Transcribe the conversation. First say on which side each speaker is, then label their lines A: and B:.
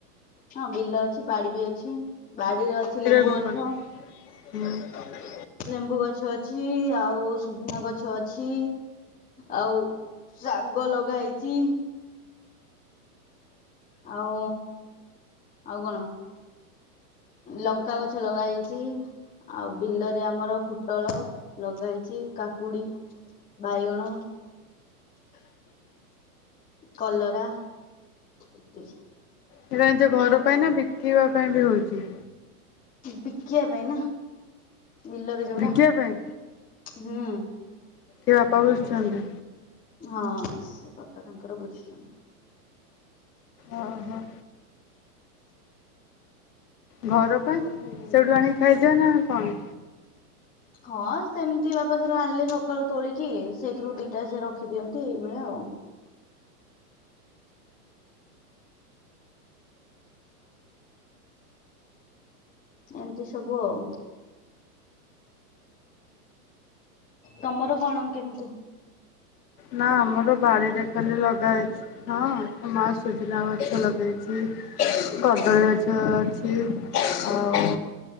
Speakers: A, on the left; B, on the left.
A: ହଁ, ବିଲ ଅଛି ବାଡି ବି ଅଛି। ବାଡିରେ ଅଛି ଲେମ୍ବୁ
B: କଣ
A: ଗଛ
B: କଣ ହୁଁ
A: ଲେମ୍ବୁ ଗଛ ଅଛି, ଆଉ ସୁୁଜୁନା ଗଛ ଅଛି। ଆଉ ଶାଗ ଲଗା ହେଇଛି ଆଉ ଆଉ କଣ। ଲଙ୍କା ଗଛ ଲଗା ହେଇଚି। ଆଉ ବିଲରେ ଆମର ପୋଟଳ ଲଗା ହେଇଛି, କାକୁଡି ବାଇଅଣ କଲରା ଏତିକି
B: ସେଇଟା ନିଜ ଘର ପାଇଁ ନା ବିକିବା ପାଇଁ ବି ହଉଛି।
A: ବିକିଆ ପାଇଁ ନା ବିଲରେ ଯଉଡ଼ା
B: ବିକିବା ପାଇଁ?
A: ହୁଁ।
B: କିଏ ବାପା ବୁଝୁଛନ୍ତି
A: ହଁ ସେ ବାପା ତାଙ୍କର ବୁଝୁଛନ୍ତି।
B: ଓ ହୋ। ଘର
A: ସିଏ
B: ପାଇଁ
A: ତାଙ୍କର ସବୁ
B: ସେଇଠୁ
A: ବୁଝଉଛି।
B: ଆଣିକି ଖାଇଦିଅ ନା କଣ?
A: ହଁ ସେମତି ବାପା ଧର ଆଣିଲେ ସକାଳୁ ତୋଳିକି ସେଇଥିରୁ ଦିଟା ସେ ରଖିଦିଅନ୍ତି ଏଇଭଳିଆ ଆଉ। ଏମତି ସବୁ ଆଉ। ତୋମର କଣ କେମତି?
B: ନା ଆମର ବାଡିରେ ଖାଲି ଲଗା ହେଇଛି। ହଁ ମା ସୁଜୁନା ଗଛ ଲଗେଇଛି। କଦଳୀ ଗଛ ଅଛି। ଆଉ